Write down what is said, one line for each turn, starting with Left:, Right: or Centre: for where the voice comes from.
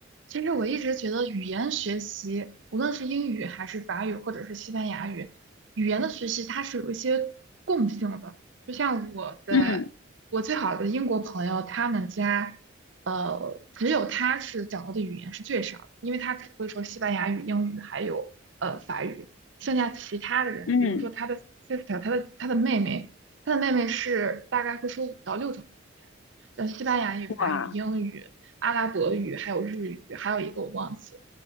Right: 其实我一直觉得语言学习，无论是英语还是法语或者是西班牙语，语言的学习它是有一些共性的。就像我的我最好的英国朋友，
Left: 嗯
Right: 他们家呃只有他是掌握的语言是最少的，因为他只会说西班牙语、英语还有呃法语，剩下其他的人，
Left: 嗯，
Right: 比如说他的 sister，他的他的妹妹，他的妹妹是大概会说五到六种语言，像西班牙语、法语、
Left: 哇，
Right: 英语。阿拉伯语，还有日语，还有一个我忘记了。